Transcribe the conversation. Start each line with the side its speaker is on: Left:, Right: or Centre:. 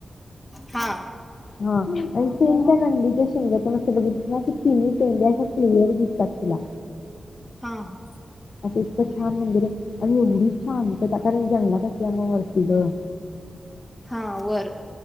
Centre: हा
Left: हा <unintelligible> सिंग त्या नंदिच्या शिंगातून असं बघितलं ना की, पिंड <unintelligible> दिसतात तुला
Centre: हा हा.
Left: आता इतकं छान मंदिर आहे आणि एवढी शांतता कारण जंगला असल्यामुळे वरतीलं.
Centre: हा वर